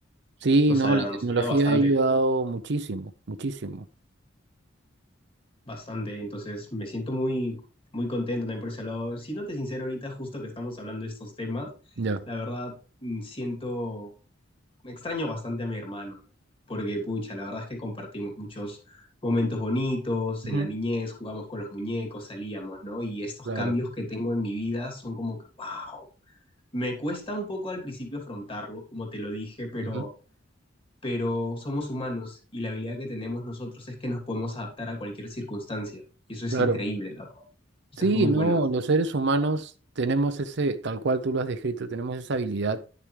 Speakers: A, on the right; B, on the left.
A: sí,
B: Nos
A: no,
B: ha,
A: la tecnología
B: nos ha ayudado bastante,
A: ha ayudado muchísimo, muchísimo.
B: bastante. Entonces, me siento muy, muy contento también por ese lado. Siéndote sincero, ahorita justo que estamos hablando de estos temas,
A: Ya.
B: la verdad, mm, siento, me extraño bastante a mi hermano, ¿no? Porque, pucha, la verdad es que compartimos muchos momentos bonitos,
A: Ujú,
B: en la niñez jugamos con los muñecos, salíamos, ¿no? Y estos
A: Claro,
B: cambios que tengo en mi vida son como que, wow. Me cuesta un poco al principio afrontarlo, como te lo dije, pero,
A: ujú,
B: pero somos humanos y la habilidad que tenemos nosotros es que nos podemos adaptar a cualquier circunstancia. Y eso es
A: claro.
B: increíble, la verdad. Eso
A: Sí,
B: es muy
A: no,
B: bueno.
A: los seres humanos tenemos ese, tal cual tú lo has descrito, tenemos esa habilidad